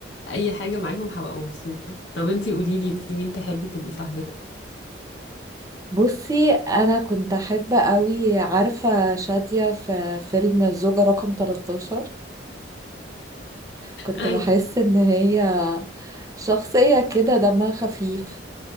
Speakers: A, on the left (about 75°); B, on the right (about 20°).
A: اي حاجه معاهم هبقى مبسوطه طب انتي قولي لي انتي مين تحبي تبقي صاحبتها
B: بصي انا كنت احب قوي عارفة شادية في فيلم الزوجة رقم 13 كنت
A: اي
B: بحس ان هي شخصية كده دمها خفيف